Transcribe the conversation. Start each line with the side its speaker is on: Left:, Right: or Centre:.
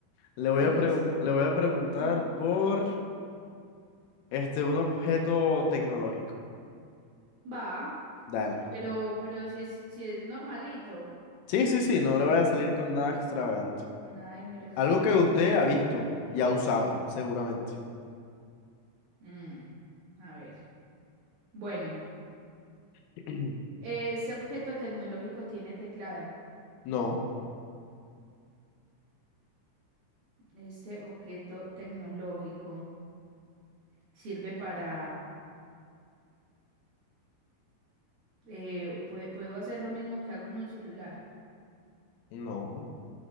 Left: Le voy
Right: Ah, Entonces,
Left: a pregun- le voy a preguntar
Right: <laughs>
Left: por, este, un objeto tecnológico.
Right: va,
Left: Dale.
Right: pero, pero si es, si es normalito.
Left: Sí, sí, sí, no le voy a salir con nada extravagante.
Right: Con nada y mero extraño.
Left: Algo que usted ha visto y ha usado, seguramente.
Right: Mm, a ver. Bueno,
Left: <clears throat>
Right: ese objeto tecnológico tiene teclado.
Left: No,
Right: Este objeto tecnológico sirve para... eh, pue- ¿puedo hacer lo mismo que hago en un celular?
Left: no,